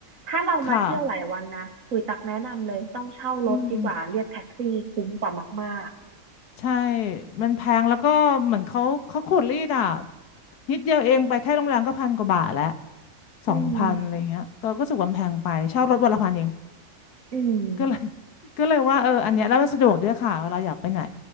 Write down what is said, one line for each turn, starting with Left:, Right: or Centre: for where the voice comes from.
Right: ถ้าเรามาเที่ยวหลายวันนะคุยตักแนะนำเลยต้องเช่ารถดีกว่าเรียกแท็กซี่คุ้มกว่ามาก
Left: ค่ะอืมใช่มันแพงแล้วก็เหมือนเขาเขาขูดรีดอ่ะนิดเดียวเองไปแค่โรงแรมก็พันกว่าบาทแล้ว
Right: ๆอืม
Left: สองพันอะไรเงี้ยก็ก็รู้สึกว่ามันแพงไปเช่ารถวันละพันเอง
Right: อืม
Left: ก็เลย <laughs> ก็เลยว่าเอออันเนี้ยแล้วมันสะดวกด้วยค่ะเวลาอยากไปไหน